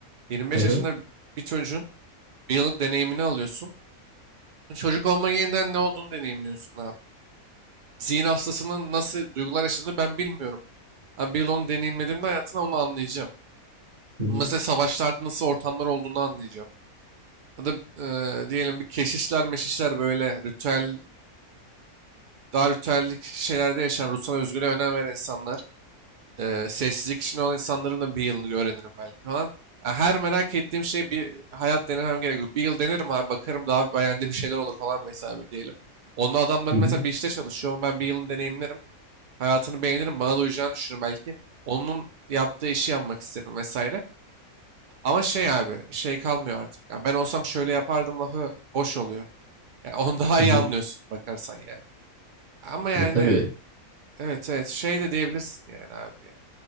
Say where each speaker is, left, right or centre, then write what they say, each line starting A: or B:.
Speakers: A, on the right (about 80°); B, on the right (about 30°).
A: 25
B: Hı hı,
A: yaşında bir çocuğun Bir yıllık deneyimini alıyorsun. Çocuk olma yeniden ne olduğunu deneyimliyorsun abi. Zihin hastasının nasıl duygular yaşadığını ben bilmiyorum. Ama bir yıl onu deneyimlediğimde hayatına onu anlayacağım.
B: hı hı,
A: Mesela savaşlarda nasıl ortamlar olduğunu anlayacağım. Ya da eee, diyelim bir keşişler meşişler böyle ritüellik, daha ritüellik şeylerde yaşayan, ruhsal özgürlüğe önem veren insanlar. Eee, sessizlik içinde olan insanların da bir yılını öğrenirim belki falan. Ya her merak ettiğim şey bir hayat denemem gerekiyor. Bir yıl denerim abi bakarım daha beğendiğim bir şeyler olur falan vesaire diyelim. Onunla adamların
B: hı
A: mesela
B: hı,
A: bir işte çalışıyor. Onu ben bir yılını deneyimlerim. Hayatını beğenirim. Bana da uyacağını düşünürüm belki. Onun yaptığı işi yapmak isterim vesaire. Ama şey abi şey kalmıyor artık. Ya ben olsam şöyle yapardım lafı boş oluyor. Yani onu daha
B: hı
A: iyi
B: hı.
A: anlıyorsun bakarsan yani. Ama yani
B: E, tabii.
A: evet evet şey de diyebilirsin yani abi yani.